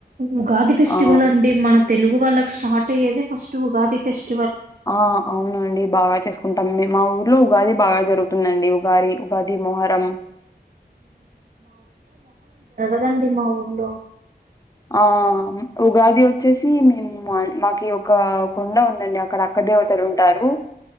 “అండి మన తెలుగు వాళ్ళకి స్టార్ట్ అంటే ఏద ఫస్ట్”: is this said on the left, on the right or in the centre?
Right